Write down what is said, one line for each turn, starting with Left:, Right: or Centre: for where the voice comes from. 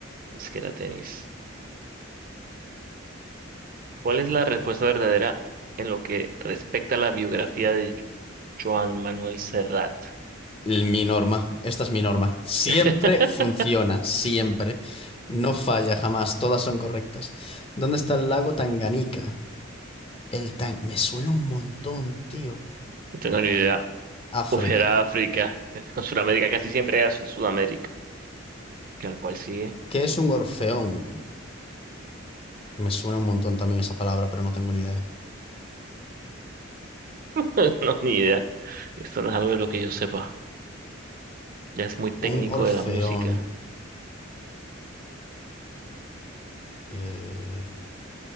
Right: Es que era tenis. ¿Cuál es la respuesta verdadera en lo que respecta a la biografía de Joan Manuel Serrat?
Left: L- Mi norma. Esta es mi norma. Siempre
Right: <laughs>
Left: funciona, siempre. No falla jamás, todas son correctas. ¿Dónde está el lago Tanganica? El tan... Me suena un montón, tío.
Right: No tengo ni idea.
Left: África.
Right: Uf, era África. Con Sudamérica casi siempre era Su- Sudamérica. Que al cual sigue.
Left: ¿Qué es un orfeón? Me suena un montón también esa palabra, pero no tengo ni idea.
Right: <laughs> No, ni idea. Esto no es algo de lo que yo sepa. Ya es muy técnico
Left: Un orfeón.
Right: de la música.
Left: Eh,